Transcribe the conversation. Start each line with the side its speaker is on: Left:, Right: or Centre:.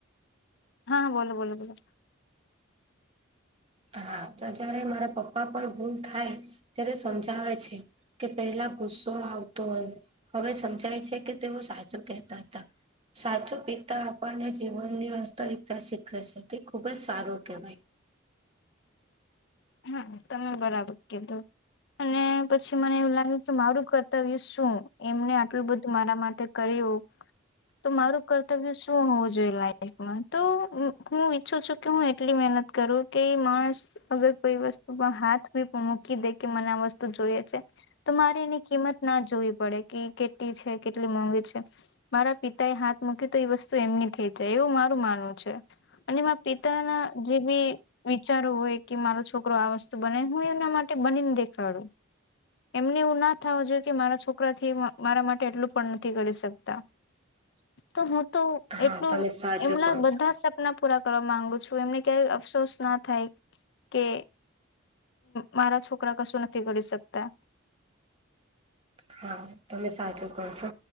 Left: હા બોલો બોલો બોલો
Right: હા તો જયારે મારા પપ્પા પણ ભૂલ થાય ત્યારે સમજાવે છે કે પહેલા ગુસ્સો આવતો હવે સમજાય છે કે તેઓ સાચું કહેતા હતા સાચો પિતા આપણને જીવનની વાસ્તવિકતા શીખે છે તે ખુબ જ સારું કહેવાય
Left: હા તમે બરાબર કીધું અને પછી મને એું મારું કર્તવ્ય શું એમને લું બધું મારા માટે કર્યું તો મારું કર્તવ્ય શું હોવું જોઈએ લ એક તો હું ઈચ્છું છું કે હું એટલી મહેનત કરું કે માણસ અગર કોઈ વસ્તુમાં હાથ બી પણ મૂકી દે કે મને આ વસ્તુ જોઈએ છે તો મારે એની કિંમત ના જોવી પડે કે કેટલી છે કેટલી મોંઘી છે મારા પિતા એ હાથ મૂકી તો એ વસ્તુ એમની થઇ જાય એવું મારું માનવું છે અને મા પિતા ના જે બી વિચારો હોય કે મારો છોકરો આ વસ્ત બને હું એના માટે બનીને દેખાડું એમને એવું ના થવું જોઈએ કે મારા છોકરા થી મારા માટે એટલું પણ નથી કરી શકતા
Right: <inaudible>
Left: તો હું તો
Right: હા
Left: એટલું
Right: તમે સાચું
Left: એમના
Right: કહો
Left: બધા
Right: છો.
Left: પૂરા કરવા માંગુ છું એમને કય અફસોસ ના થાય કે મારા છોકરા કશું નથી કરી શકતા
Right: હા તમે સાચું કો છો